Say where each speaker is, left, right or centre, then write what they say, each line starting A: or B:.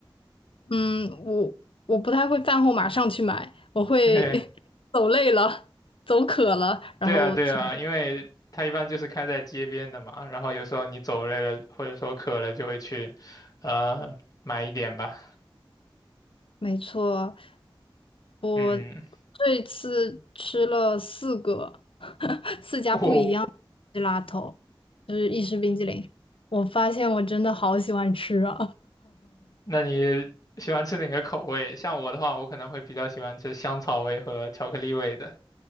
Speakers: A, on the left; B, on the left.
A: 嗯，我我不太会饭后马上去买，我会
B: 对，
A: <laughs> 走累了、走渴了，然后去买
B: 对啊，对啊，因为它一般就是开在街边的嘛，然后有时候你走累了或者说渴了，就会去，呃，买一点吧。
A: 没错，我
B: 嗯，
A: 这一次吃了四个，<laughs> 四家不。
B: <laughs> 哦
A: g 拉头 a 就是意式冰激凌。我发现我真的好喜欢吃啊！
B: 那你喜欢吃哪个口味？像我的话，我可能会比较喜欢吃香草味和巧克力味的。